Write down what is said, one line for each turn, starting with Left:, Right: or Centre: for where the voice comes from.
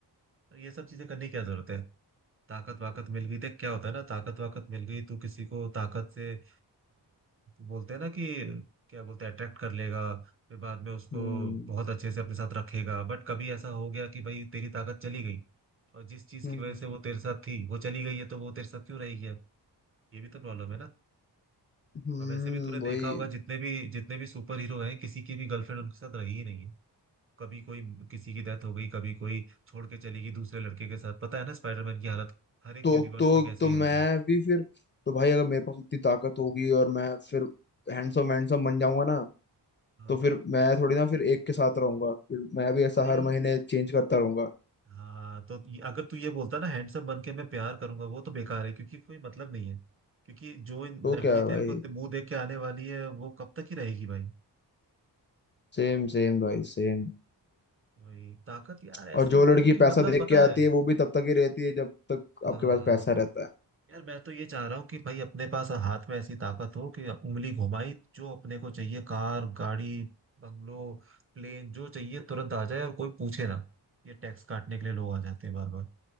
Right: तो ये सब चीजें करने की क्या जरूरत है ताकत वाकत मिल गई तो क्या होता है ना ताकत वाकत मिल गई तो किसी को ताकत से आ, बोलते हैं ना कि क्या बोलते हैं अट्रैक्ट कर लेगा फिर बाद में उसको
Left: हम्म
Right: बहुत अच्छे से अपने साथ रखेगा बट कभी ऐसा हो गया कि भाई तेरी ताकत चली गई और जिस चीज
Left: हम्म
Right: की वजह से वो तेरे साथ थी वो चली गई है तो वो तेरे साथ क्यों रहेगी अब ये भी तो प्रॉब्लम है ना
Left: हम्म,
Right: अब वैसे भी तूने देखा
Left: वही
Right: होगा जितने भी जितने भी सुपर हीरो हैं किसी की भी गर्लफ्रेंड उनके साथ रही ही नहीं है कभी कोई किसी की डेथ हो गई कभी कोई छोड़ के चली गई दूसरे लड़के के साथ पता है ना स्पाइडरमैन की हालत हर एक
Left: तो
Right: यूनिवर्स
Left: तो
Right: में कैसी
Left: तो मैं
Right: रही है
Left: भी फिर तो भाई अगर मेरे पास इतनी ताकत होगी और मैं फिर हैंडसम वैंडसम बन जाऊंगा ना
Right: हाँ,
Left: तो फिर मैं थोड़ी ना फिर एक के साथ रहूंगा फिर मैं भी ऐसा
Right: भाई
Left: हर महीने चेंज करता रहूंगा
Right: हाँ तो ये- अगर तू ये बोलता ना हैंडसम बन के मैं प्यार करूंगा वो तो बेकार है क्योंकि कोई मतलब नहीं है क्योंकि जो इन
Left: तो
Right: लड़की
Left: क्या है
Right: तेरे
Left: भाई
Right: को ते- मुंह देख के आने वाली है वो कब तक ही रहेगी भाई
Left: सेम सेम भाई सेम
Right: वही ताकत यार ऐसी
Left: और जो
Right: हो
Left: लड़की
Right: कि
Left: पैसा
Right: मतलब
Left: देख
Right: पता
Left: के आती
Right: है
Left: है वो भी तब तक ही रहती है जब तक
Right: हाँ
Left: आपके पास पैसा रहता है
Right: यार मैं तो ये चाह रहा हूँ कि भाई अपने पास हाथ में ऐसी ताकत हो कि उंगली घुमाई जो अपने को चाहिए कार गाड़ी बंगलो प्लेन जो चाहिए तुरंत आ जाए और कोई पूछे ना ये टैक्स काटने के लिए लोग आ जाते हैं बार बार